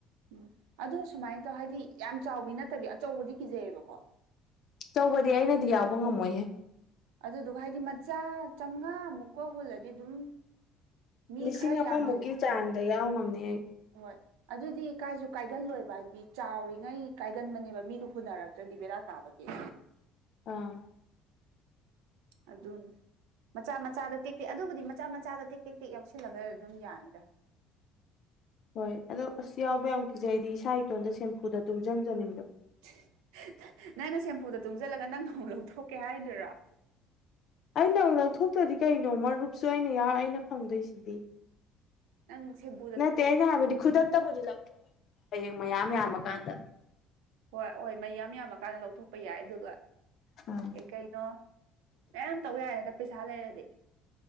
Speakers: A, on the right (about 75°); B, on the left (about 55°).
A: ꯎꯝ ꯑꯗꯨ ꯁꯨꯃꯥꯏ ꯇꯧ ꯍꯥꯏꯗꯤ ꯌꯥꯝ ꯆꯥꯎꯕꯤ ꯅꯠꯇꯕꯤ ꯑꯆꯧꯕꯗꯤ ꯀꯤꯖꯩꯌ‌ꯦꯕꯀꯣ ꯫
B: ꯆꯧꯕꯗꯤ ꯑꯩꯅꯗꯤ ꯌꯥꯎꯕ ꯉꯝꯃꯣꯏꯍꯦ ꯫
A: ꯑꯗꯨꯗꯨꯒ ꯍꯥꯏꯗꯤ ꯃꯆꯥ ꯆꯥꯝꯉꯥꯃꯨꯛꯀ ꯍꯨꯜꯂꯗꯤ ꯑꯗꯨꯝ ꯃꯤ
B: ꯂꯤꯁꯤꯡ
A: ꯈꯔ ꯌꯥꯝꯍꯜ
B: ꯑꯃꯃꯨꯛꯀꯤ ꯆꯥꯡꯗ ꯌꯥꯎ ꯉꯝꯅꯤ ꯑꯩ
A: ꯍꯣꯏ ꯑꯗꯨꯗꯤ ꯀꯥꯏꯁꯨ ꯀꯥꯏꯒꯜꯂꯣꯏꯕ ꯍꯥꯏꯗꯤ ꯆꯥꯎꯔꯤꯉꯩ ꯀꯥꯏꯒꯟꯕꯅꯦꯕ ꯃꯤꯗꯨ ꯍꯨꯅꯔꯛꯇ꯭ꯔꯗꯤ ꯕꯦꯔꯥ ꯇꯥꯕꯒꯤ
B: ꯑꯥ
A: ꯑꯗꯨꯅꯤ ꯃꯆꯥ ꯃꯆꯥꯗ ꯇꯦꯛꯇꯦꯛ ꯑꯗꯨꯕꯨꯗꯤ ꯃꯆꯥ ꯃꯆꯥꯗ ꯇꯦꯛ ꯇꯦꯛ ꯇꯦꯛ ꯌꯥꯎꯁꯤꯜꯂꯒ ꯑꯗꯨꯝ ꯌꯥꯅꯤꯗ
B: ꯍꯣꯏ ꯑꯗꯣ ꯑꯁ ꯌꯥꯎꯕ ꯌꯥꯝ ꯀꯤꯖꯩ ꯗꯤ ꯏꯁꯥ ꯏꯇꯣꯟꯗ ꯁꯦꯝꯐꯨꯗ ꯇꯨꯡꯖꯟꯖꯅꯤꯡꯕ
A: <unintelligible> ꯅꯪꯩꯅ ꯁꯦꯝꯐꯨꯗ ꯇꯨꯡꯖꯜꯂꯒ ꯅꯪꯅ ꯑꯃꯨꯛ ꯂꯧꯊꯣꯛꯀꯦ ꯍꯥꯏꯗꯣꯏꯔꯣ
B: ꯑꯩꯅ ꯑꯃꯨꯛ ꯂꯧꯊꯣꯛꯇ꯭ꯔꯗꯤ ꯀꯩꯅꯣ ꯃꯔꯨꯞꯁꯨ ꯑꯩꯅ ꯌꯥꯎꯔ ꯑꯩꯅ ꯐꯪꯗꯣꯏꯁꯤꯗꯤ
A: ꯅꯪ ꯁꯦꯝꯕꯨ
B: ꯅꯠꯇꯦ ꯑꯩꯅ ꯍꯥꯏꯕꯗꯤ ꯈꯨꯗꯛꯇꯕꯨꯗꯤ ꯂꯧꯊꯣꯛꯑ‌ꯣꯏꯕꯀꯣ ꯍꯌꯦꯡ ꯃꯌꯥꯝ ꯌꯥꯝꯃꯀꯥꯟꯗ
A: ꯍꯣꯏ ꯍꯣꯏ ꯃꯩꯌꯥꯝ ꯌꯥꯝꯃꯀꯥꯟꯗ ꯂꯧꯊꯣꯛꯄ ꯌꯥꯏ ꯑꯗꯨꯒ
B: ꯑꯥ
A: ꯀꯩꯀꯩ ꯅꯣ ꯃꯌꯥꯝ ꯇꯧ ꯌꯥꯏꯌ‌ꯦꯗ ꯄꯩꯁꯥ ꯂꯩꯔꯗꯤ